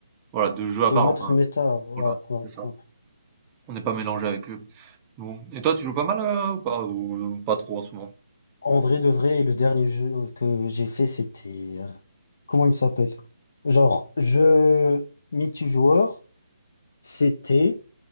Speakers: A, on the right; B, on the left.
A: voilà, 2 jeux
B: c'est
A: à part,
B: une autre
A: enfin,
B: méta. Ouais,
A: voilà,
B: ouais,
A: c'est ça.
B: ouais.
A: On n'est pas mélangé avec eux. Bon et toi, tu joues pas mal, heu, ou pas? Ou pas trop en ce moment?
B: En vrai de vrai, le dernier jeu que j'ai fait, c'était. euh, Comment il s'appelle? Genre, je multijoueur, c'était